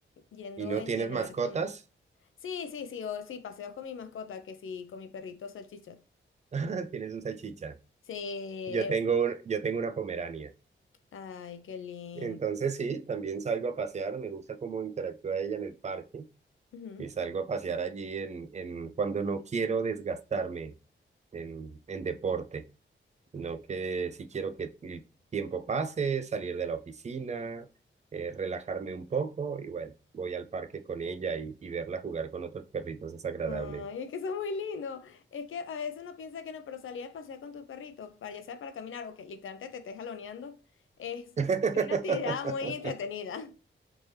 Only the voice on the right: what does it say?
¿Y no
tienes mascotas?
<laughs> Tienes un salchicha.
Yo tengo, un- yo tengo una pomerania.
Entonces sí, también salgo a pasear. Me gusta cómo interactúa ella en el parque
y salgo a pasear allí en, en cuando no quiero desgastarme. en, en deporte, sino que si quiero que el tiempo pase, salir de la oficina, eh, relajarme un poco y bueno, voy al parque con ella y, y verla jugar con otros perritos es agradable.
<laughs>